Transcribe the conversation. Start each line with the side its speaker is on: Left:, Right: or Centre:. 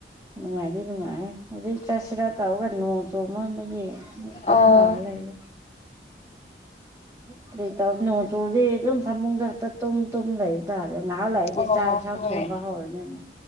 Right: ꯅꯨꯡꯉꯥꯏꯗꯤ ꯅꯨꯡꯉꯥꯏꯌꯦ ꯍꯧꯖꯤꯛ ꯆꯥꯠꯁꯤꯔꯥ ꯇꯧꯔꯒ ꯅꯣꯡ ꯆꯨꯃꯟꯕꯥꯒꯤ ꯐꯔꯛ
Left: ꯑꯣ
Right: ꯇꯔꯥ ꯂꯩꯔꯦ ꯀꯔꯤ ꯇꯧꯅꯤ ꯅꯣꯡ ꯆꯨꯔꯗꯤ ꯑꯗꯨꯝ ꯐꯃꯨꯡꯊꯛꯇ ꯇꯨꯝ ꯇꯨꯝ ꯂꯩꯕ ꯇꯕ ꯉꯥꯏꯍꯥꯛ ꯂꯩꯔꯥꯗꯤ
Left: ꯑꯣ
Right: ꯆꯥꯛ ꯌꯦꯟꯁꯥꯡ
Left: ꯍꯣꯏ
Right: ꯊꯣꯡꯕ ꯍꯧꯔꯅꯤ ꯑꯃꯨꯛ